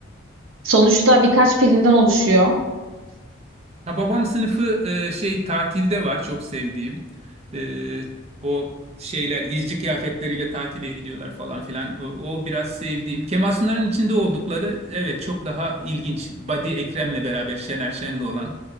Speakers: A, on the right; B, on the right.
A: Sonuçta birkaç filmden oluşuyor.
B: Ha, babam sınıfı e, şey tatilde var çok sevdiğim. E, o şeyler izci kıyafetleriyle tatile gidiyorlar falan filan. O, o biraz sevdiğim. Kemal Sunal'ın içinde oldukları evet çok daha ilginç. Badi Ekrem'le beraber Şener Şen'le olan